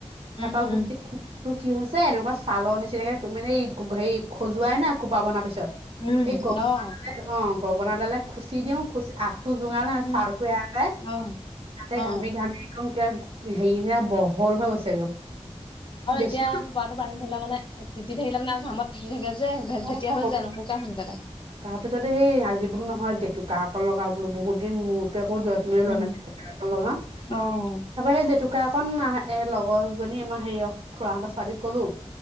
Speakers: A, on the right (about 55°); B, on the left (about 45°).
A: তাৰপা
B: উম উম।
A: গোটেই টো কি হৈছে এনেকুৱা ছালৰ নিচিনাকে মানে হেৰি খজুৱাই না খোপা বন্দাৰ পিছত
B: উম!
A: এই গ
B: অ!
A: অ গগনাডালে খুচি, দিওঁ খুচি আঠ টো জোঙাল ন
B: উম,
A: চালটো এৰা যাই,
B: অ'
A: তাতে
B: অ,
A: ঘামি ঘামি একদম। কেয়াক হেৰি নে বহল হৈ গৈছে একদম।
B: আৰু
A: বেছি
B: এতিয়া খোপা টো বাদি থলে মানে তি থাকিলে মানে আৰু ঘাম তি থাকে। যে ভেট
A: <unintelligible>
B: ভেটীয়া হৈ যায় নুশুকাই সোনকালে।
A: তাৰপিছতে সেই আজিবোৰ নহয় জেতুক কা ক লগা বোলো বহুত দিন মোৰ। <unintelligible>
B: উম,
A: তাৰাপৰা
B: অ'।
A: সেই জেতুকা। এখন ন এ লগৰজনী আমাৰ হেৰিয় খুৰাহঁতৰ ছোৱালীক ক'লো